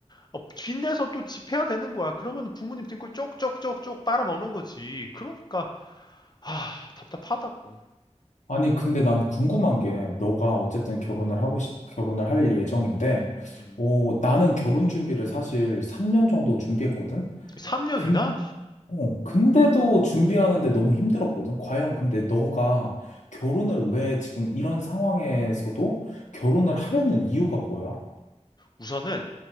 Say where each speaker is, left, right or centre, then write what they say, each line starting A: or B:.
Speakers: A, on the left; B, on the left.
A: 어, 빚내서 또 집 해야 되는 거야. 그러면 부모님 등골 쪽쪽쪽쪽 빨아먹는 거지. 그러니까, 아, 답답하다고.
B: 아니, 근데 난 궁금한 게, 너가 어쨌든 결혼을 하고, 시, 결혼을 할 예정인데,
A: 음.
B: 어, 나는 결혼 준비를 사실 3년 정도 준비했거든?
A: 3년이나?
B: 근, 어, 근데도 준비하는데 너무 힘들었거든? 과연 근데 너가 결혼을 왜 지금 이런 상황에서도 결혼을 하려는 이유가 뭐야?
A: 우선은,